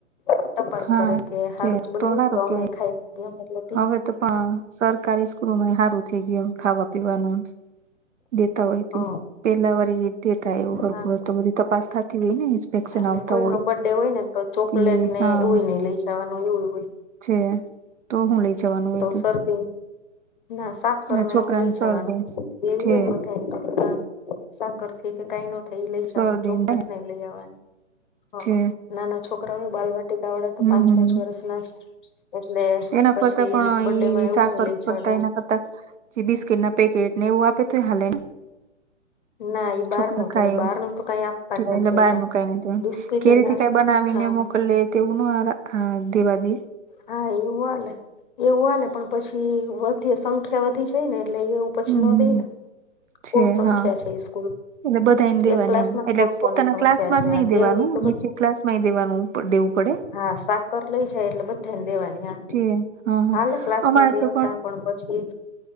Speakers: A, on the left (about 40°); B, on the right (about 75°).
A: એમ તપાસ
B: હા
A: કરે કે હારું જ બનાયુ
B: સારું
A: તો અમે
B: કે
A: ખાઈ એ મતલબ
B: હવે તો પણ સરકારી સ્કૂલોમાં સારું થઈ ગય એમ ખાવા પીવાનું દેતા હોય તે
A: હ
B: પેલા વરી તેતા એવું હરર
A: હા
B: તો બધી તપાસ થતી હોય ને ઇન્સ્પેક્શન
A: અને
B: આવતા
A: કોઈ
B: હોય
A: નો બર્થડે હોય ને તો ચોકલેટ
B: તે
A: ને
B: હા
A: એવું નહી લઈ જવાનું એવું હોય
B: છે તો હું લઈ જવાનું હોય
A: તો
B: તે.
A: સરદી ના સાકર
B: એટલે
A: ને
B: છોકરાને
A: એવું લઈ જવાનું
B: શરદી
A: એવી
B: છે
A: હોય બદયને તો સાકરથીઈ કે કઈ ન થાય લઈ જવાનું
B: શરદી
A: ચોકલેટ
B: ને
A: નહીં લઈ આવવાની હ
B: છે
A: નાના છોકરાઓય બાલવાટિકા વાળા તો
B: હમ
A: પાંચ
B: હમ
A: પાંચ વર્ષ ના જ એટલે
B: એના
A: પછી
B: કરતા પણ
A: બર્ડે માં
B: ઈ
A: એવું
B: સાકર
A: નઈ લઈ જવા
B: કરતા
A: દેવા
B: એના કરતા જે બિસ્કીટ ના પેકેટ ને એવુ આપે તો હલેે ને
A: ના એ
B: છોકરા
A: બહાર નું
B: ખાય
A: કેવાય બહાર નું તો કઈ આપવા
B: એટલે
A: જ નથી
B: બહાર
A: દેતા
B: નું કઈ નથ દેવાનુ
A: બિસ્કીટ
B: ઘેર
A: ના
B: થી કઈ બનાવીને
A: હા
B: મોકલ લે તેવું નહી દેવા દે
A: હા એવું હલે એવું હલે પણ પછી વધી સંખ્યા વધી જાય ને એટલે એવું પછી
B: હમ
A: ન
B: હમ
A: દઈને
B: છે
A: બહ સંખ્યા
B: હા
A: છે સ્કૂલ
B: એટલે બધાને દેવાની
A: એક ક્લાસ
B: એમ
A: માં
B: એટલે
A: સો સો
B: પોતાના
A: ની સંખ્યા
B: ક્લાસ માં
A: છે
B: જ નઈ
A: આ દેવી
B: દેવાનું
A: તો
B: નીચે
A: બધા
B: ક્લાસમાંય દેવાનું દેવું પડે
A: હા સાકર લઈ જાય એટલે બધા દેવાની
B: જે હા હા
A: હાલે ક્લાસમાં
B: અમારે
A: દેવતા
B: તો
A: પણ પછી